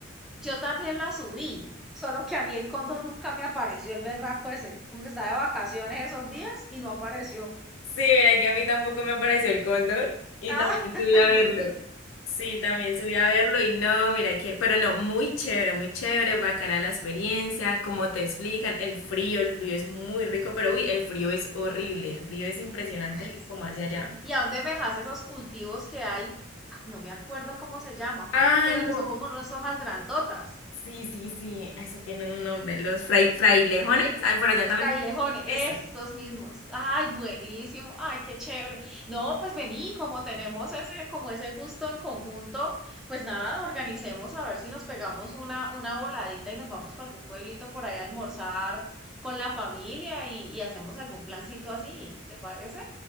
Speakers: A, in the centre; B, on the left.
A: yo también la subí, solo que a mí el cóndor nunca me apareció, el berraco ese, como que estaba de vacaciones esos días y no apareció.
B: Sí, mira que a mí tampoco me apareció el cóndor y
A: <laughs>
B: también subí
A: Ah,
B: a verlo.
A: muy bien.
B: Sí, también subí a verlo y no, mira que, pero no, muy chévere, muy chévere, bacana la experiencia, como te explican, el frío, el frío es muy rico, pero uy, el frío es horrible, el frío es impresionante
A: Ay, sí.
B: como hacia allá.
A: ¿Y a dónde me dejas esos cultivos que hay? Ah, No me acuerdo cómo se llaman,
B: ¡Halo!
A: pero que son como unas hojas grandotas.
B: Sí, sí, sí, eso tiene un nombre, los frai- frailejones, ah, por allá también.
A: Frailejón,
B: se-
A: estos
B: Eso.
A: mismos. Ay, buenísimo. Ay, qué chévere. No, pues vení, como tenemos ese, como ese gusto en conjunto, pues nada, organicemos a ver si nos pegamos una, una voladita y nos vamos para algún pueblito por ahí a almorzar con la familia y, y hacemos algún plancito así, ¿te parece?